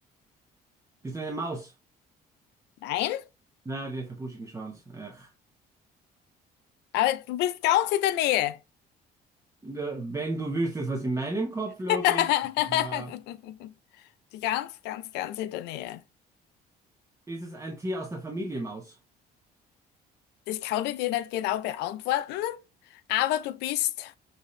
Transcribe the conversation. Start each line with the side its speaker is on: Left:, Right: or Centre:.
Right: Bist du eine Maus?
Left: Nein,
Right: Na, die hat keinen buschigen Schwanz. Ach.
Left: aber du bist ganz in der Nähe.
Right: Ja, Wenn du wüsstest, was in meinem Kopf los
Left: <laughs>
Right: ist, äh,
Left: Ganz, ganz, ganz in der Nähe.
Right: ist es ein Tier aus der Familie Maus.
Left: Das kann ich dir nicht genau beantworten, aber du bist